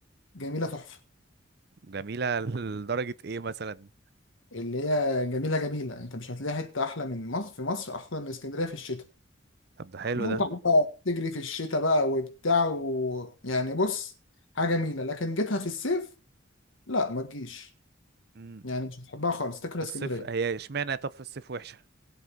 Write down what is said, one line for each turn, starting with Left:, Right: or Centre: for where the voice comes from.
Left: جميله تحفه
Right: جميلة <laughs> لدرجة ايه مثلا
Left: اللي هي جميلة جميلة انت مش هتلاقي حتة احلى من مصر في مصر احلى من اسكندرية في الشتاء
Right: طب ده حلو
Left: متعة
Right: ده
Left: بقى تجري في الشتاء بقى وبتاع و... يعني بص حاجة جميلة لكن جيتها في الصيف لا ما تجيش
Right: امم
Left: يعني مش هتحبها خالص تكره
Right: في
Left: اسكندرية
Right: الصيف هي اشمعنى طب في الصيف وحشة